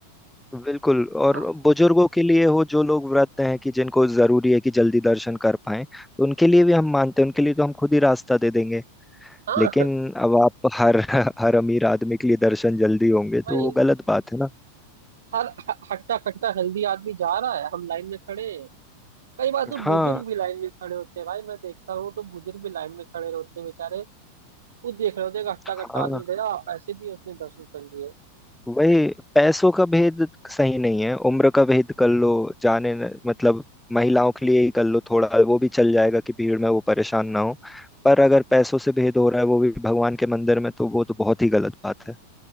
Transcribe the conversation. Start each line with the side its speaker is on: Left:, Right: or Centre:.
Centre: बिल्कुल और
Right: हाँ
Centre: बुजुर्गों के लिए हो जो लोग व्रत हैं कि जिनको जरूरी है कि जल्दी दर्शन कर पाए तो उनके लिए भी हम मानते हैं उनके लिए तो हम खुद ही रास्ता दे देंगे
Right: हाँ
Centre: लेकिन अब आप हर <laughs> हर अमीर आदमी के लिए दर्शन जल्दी होंगे तो
Right: भाई
Centre: वो गलत बात है ना
Right: हर ह- हट्टा कट्टा हेल्दी आदमी जा रहा है हम लाइन में खड़े हैं कई बार तो
Centre: हाँ
Right: बुजुर्ग भी लाइन में खड़े होते हैं भाई मैं देखता हूँ तो बुजुर्ग भी लाइन में खड़े होते हैं बेचारे वो देख रहे होते हैं कि हट्टा
Centre: हाँ
Right: कट्टा आदमी गया आप पैसे दिए उसने दर्शन कर लिए
Centre: वही पैसों का भेद सही नहीं है उम्र का भेद कर लो जाने न- मतलब महिलाओं के लिए ही कर लो थोड़ा वो भी चल जाएगा कि भीड़ में वो परेशान ना हो पर अगर पैसों से भेद हो रहा है वो भी भगवान के मंदिर में तो वो तो बहुत ही गलत बात है